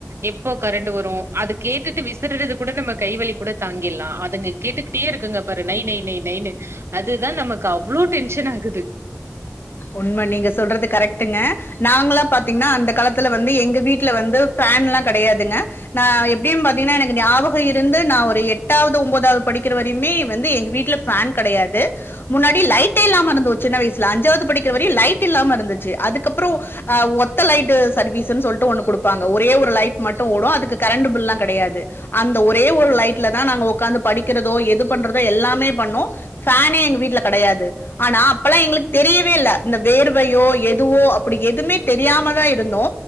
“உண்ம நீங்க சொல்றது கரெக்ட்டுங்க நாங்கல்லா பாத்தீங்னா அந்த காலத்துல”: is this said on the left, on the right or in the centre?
Left